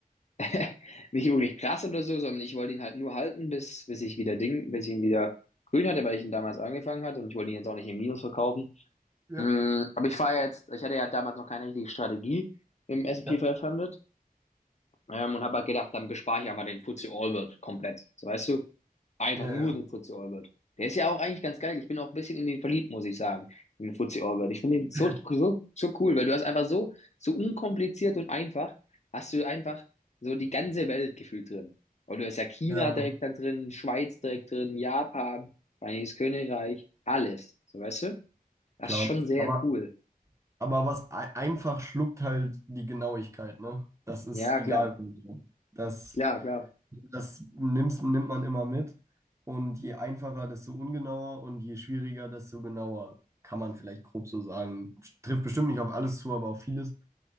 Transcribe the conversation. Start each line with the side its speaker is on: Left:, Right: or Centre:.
Left: <laughs> nicht wirklich krass oder so, sondern ich wollte ihn halt nur halten, bis, bis ich wieder Ding, bis ich ihn wieder grün hatte, weil ich ihn damals angefangen hatte und ich wollte ihn jetzt auch nicht im Minus verkaufen.
Right: Ja,
Left: Mm, aber ich fahre jetzt, ich hatte ja damals noch keine richtige Strategie im S&P
Right: ja,
Left: fünfhundert. Ähm, und habe halt gedacht, dann bespare ich einfach den FTSE All-World komplett. So, weißt du? Einfach
Right: ja,
Left: nur den FTSE All-World. Der ist ja auch eigentlich ganz geil. Ich bin auch ein bisschen in den verliebt, muss ich sagen. In den FTSE All-World. Ich finde den so,
Right: ja.
Left: so,
Right: <laughs>
Left: so cool, weil du hast einfach so, so unkompliziert und einfach, hast du einfach so die ganze Welt gefühlt drin. Und du hast ja China
Right: Ja,
Left: direkt da drin, Schweiz direkt drin, Japan, Vereinigtes Königreich, alles. So, weißt du? Das
Right: klar.
Left: ist schon sehr
Right: Aber,
Left: cool.
Right: aber was ei- einfach schluckt halt die Genauigkeit, ne? Das ist
Left: Ja,
Right: egal.
Left: klar,
Right: wo so. Das,
Left: klar, klar.
Right: das nimmst, nimmt man immer mit. Und je einfacher, desto ungenauer und je schwieriger, desto genauer. Kann man vielleicht grob so sagen. Trifft bestimmt nicht auf alles zu, aber auf vieles.